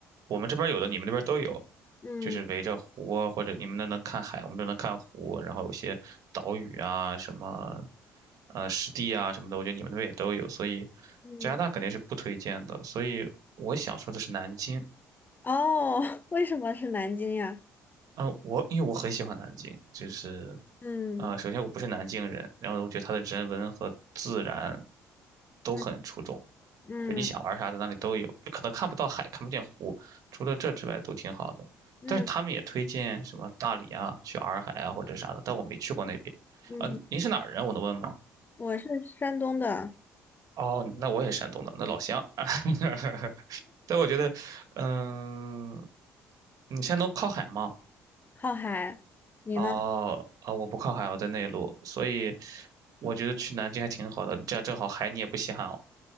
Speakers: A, on the right (about 65°); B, on the left (about 30°).
A: 我们这边有的，你们那边都有，
B: 嗯
A: 就是围着湖啊，或者你们那能看海，我们这能看湖，然后有些岛屿啊，什么呃湿地啊什么的，我觉得你们那边也都有，所以
B: 嗯，
A: 加拿大肯定是不推荐的。所以我想说的是南京。
B: 哦，<laughs> 为什么是南京呀？
A: 嗯，我因为我很喜欢南京，就是，
B: 嗯
A: 呃，首先我不是南京人，然后我觉得它的人文和自然都很出众，
B: 嗯嗯
A: 就你想玩啥在那里都有，就可能看不到海，看不见湖，除了这之外都挺好的。
B: 嗯
A: 但是他们也推荐什么大理啊，去洱海啊或者啥的，但我没去过那边。
B: 嗯，
A: 啊、您是哪儿人？我能问吗？
B: 我是山东的，
A: 哦，那我也山东的，那老乡。<laughs> 但我觉得，嗯、你山东靠海吗？
B: 靠海，你呢？
A: 哦，啊，我不靠海，我在内陆，所以我觉得去南京还挺好的，这样正好海你也不稀罕了。